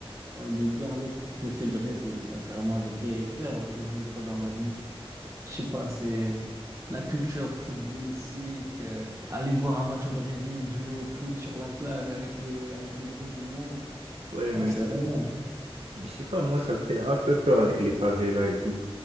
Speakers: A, on the right (about 30°); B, on the right (about 80°).
A: Oh, de dire un autre truc, c'est aussi le Brésil. Sincèrement, j'aimerais faire le Brésil une fois dans ma vie. Je sais pas, c'est la culture footballistique. euh, aller voir un match au Brésil, jouer au foot sur la plage avec les, avec les Brésiliens.
B: Ouais,
A: Ah,
B: mais,
A: c'est vraiment.
B: mais je sais pas, moi, ça fait un peu peur avec les favelas et tout.